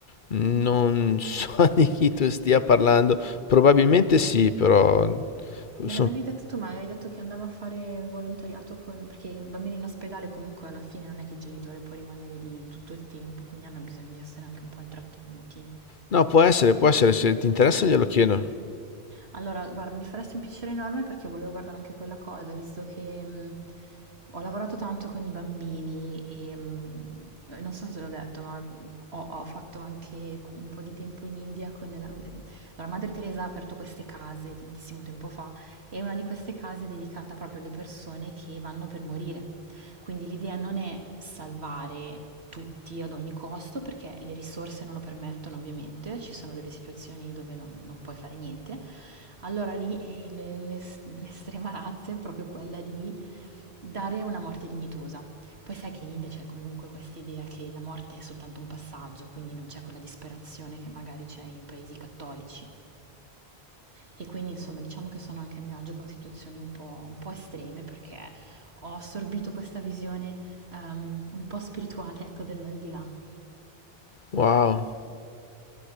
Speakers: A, on the left; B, on the right.
A: Non so <laughs> di chi tu stia parlando, probabilmente sì, però...
B: Me
A: so-
B: l'avevi detto tu, ma avevi detto che andava a fare volontariato con... perché i bambini in ospedale comunque alla fine non è che il genitore può rimanere lì tutto il tempo, quindi hanno bisogno di essere anche un po' intrattenuti.
A: No, può essere, può essere, se ti interessa glielo chiedo.
B: Allora, guarda, mi faresti un piacere enorme perché volevo guardare anche quella cosa, visto che mh, ho lavorato tanto con i bambini e mh, non so se te l'ho detto, ma ho, ho fatto anche un po' di tempo in India con la... eh, Allora, Madre Teresa ha aperto queste case tantissimo tempo fa e una di queste case è dedicata proprio alle persone che vanno per morire. Quindi l'idea non è salvare tutti ad ogni costo perché le risorse non lo permettono ovviamente, ci sono delle situazioni dove non, non puoi fare niente. Allora lì il- l'es- l'estrema razza è proprio quella di dare una morte dignitosa. Poi sai che in India c'è comunque questa idea che la morte è soltanto un passaggio, quindi non c'è quella disperazione che magari c'è in paesi cattolici. E quindi insomma diciamo che sono anche a mio agio con situazioni un po', un po' estreme perché ho assorbito questa visione ehm, un po' spirituale, ecco, dell'aldilà.
A: Wow,